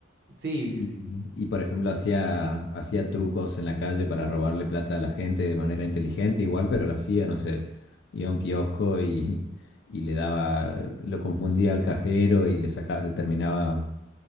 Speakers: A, on the right; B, on the left.
A: Sí,
B: Y,
A: sí, sí.
B: y, por ejemplo hacía, hacía trucos en la calle para robarle plata a la gente de manera inteligente igual, pero lo hacía, no sé, iba a un kiosco y, y le daba, lo confundía al cajero y le sacaba, le terminaba